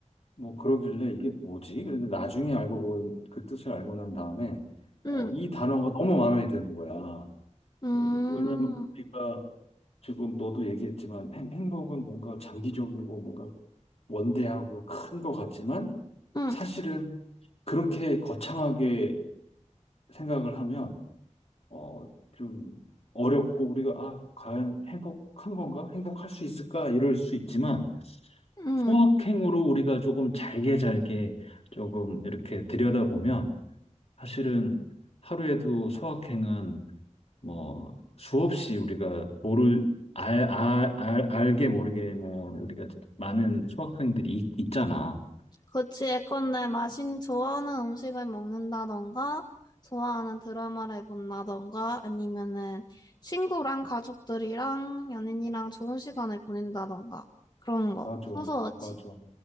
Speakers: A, on the left; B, on the left.
A: 뭐 그러길래 이게 뭐지? 그런데 나중에 알고, 본- 그 뜻을 알고 난 다음에,
B: 응,
A: 어, 이 단어가 너무 마음에 드는 거야.
B: 응
A: 어, 왜냐면 우리가 지금 너도 얘기했지만 행, 행복은 뭔가 장기적이고 뭔가 원대하고 큰 것 같지만,
B: 응,
A: 사실은 그렇게 거창하게 생각을 하면, 어, 좀 어렵고 우리가 아, 과연 행복한 건가? 행복할 수 있을까? 이럴 수 있지만
B: 응.
A: 소확행으로 우리가 조금 잘게 잘게 조금 이렇게 들여다보면 사실은 하루에도 소확행은 뭐 수없이 우리가 모를 알, 알, 알, 알게 모르게 뭐 우리가 많은 소확행들이 있- 있잖아.
B: 그치, 예컨대 마신 좋아하는 음식을 먹는다던가, 좋아하는 드라마를 본다던가, 아니면은 친구랑 가족들이랑 연인이랑 좋은 시간을 보낸다던가, 그런 거.
A: 맞아,
B: 소소하지.
A: 맞아.